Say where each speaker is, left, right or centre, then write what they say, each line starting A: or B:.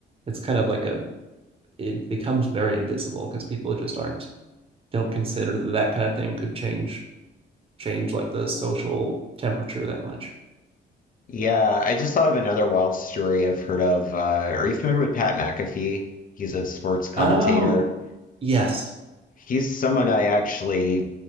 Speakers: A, on the right; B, on the left.
A: it's kind of like a it becomes very invisible because people just aren't don't consider that that kind of thing could change change like the social temperature that much
B: Yeah, I just thought of another wild story I've heard of. Uh, are you familiar with Pat McAfee? He's a sports commentator.
A: oh yes
B: He's someone I actually